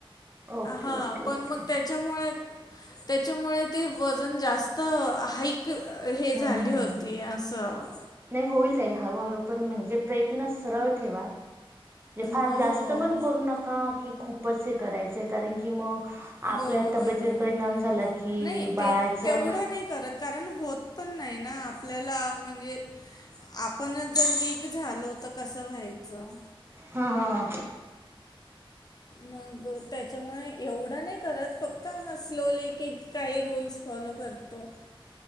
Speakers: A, on the right; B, on the left.
A: ओके
B: हा
A: ओके
B: पण
A: ओके
B: मग त्याच्यामुळे त्याच्यामुळे ते वजन जास्त हा हे
A: हम्म
B: झाली
A: हम्म
B: होती
A: हम्म
B: असं हा.
A: नाही होईल, ताई हळूहळू पण म्हणजे, प्रयत्न सरळ ठेवा. म्हणजे फार
B: हो
A: जास्त पण करू नका की खूपच हे करायचं आहे कारण, की मग आपल्या
B: बरोबर
A: तब्येतीवर
B: आहे
A: परिणाम झाला की
B: नाही
A: बाळाचं
B: ते तेवढं नाही, करत कारण होत पण नाही ना आपल्याला म्हणजे आपणच जर वीक झालो, तर कसं व्हायचं?
A: हा हा हा.
B: मग त्याच्यामुळे एवढा नाही, करत फक्त हा स्लोली कि काही रूल्स फॉलो करतो